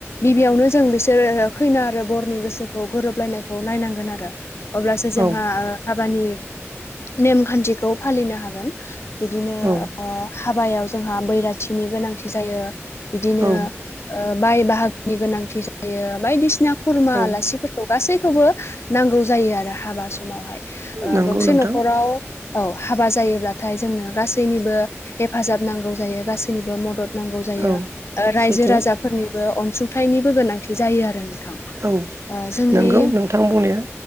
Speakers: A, on the left (about 60°); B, on the right (about 70°).
A: गिबियावनो जों बिसोरो खैना आरो बरनि गोसोखौ गोरोबलायनायखौ नायनांगोन आरो अब्लासो जोंहा
B: औ
A: हाबानि नेमखान्थिखौ फालिनो हागोन बिदिनो
B: औ
A: हाबायाव जोंहा बैराथिनि गोनांथि जायो बिदिनो
B: औ
A: ओ बाय बाहागोनि गोनांथि जायो बायदिसिना खुरमा
B: औ
A: आलासिफोर खौ गासैखौबो नांगौ जायो आरो हाबा समावहाय ओ
B: नंगौ
A: गंसे
B: नोंथां
A: न'खराव औ हाबा जायोब्लाथाय जोंनो गासैनिबो हेफाजाब नांगौ जायो गासैनिबो मदद नांगौ जायो
B: औ
A: रायजो
B: सैथो
A: राजाफोरनिबो अनसुंथाइनिबो गोनांथि जायो आरो नोंथां
B: औ
A: ओ जोंनि
B: नंगौ नोंथां बुंनाया